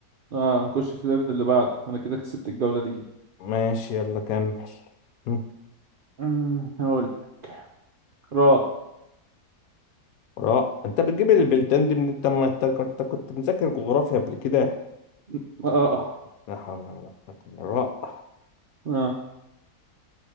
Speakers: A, on the right (about 65°); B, on the left (about 70°).
A: اه نخش في القرد اللي بعده انا كده كسبت الجولة دي
B: ماشي يلا كمل م.
A: أمم، هقول لك. راء
B: راء انت بتجيب البلدان دي من انت ما انت كنت كنت مذاكر جغرافيا قبل كده
A: اه اه آه.
B: لا حول ولا قوة إلا بالله. راء
A: آه،